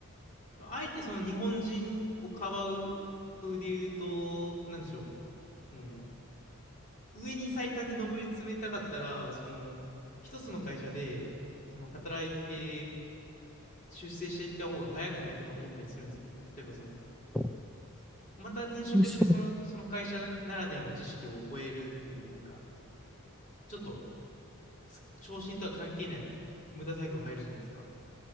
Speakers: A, on the left; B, in the centre.
A: あえてその日本人をかばう風で言うと、なんでしょう。その、上に最短で上り詰めたかったら、その、一つの会社で、その、働いて、出世していった方が早くないとか思ったりするんですけど、例えばその、
B: そう
A: また転職して、
B: そう
A: その、その会社ならではの知識を覚えるっていう、なんか、ちょっと、す昇進とは関係ない無駄作業入るじゃないですか。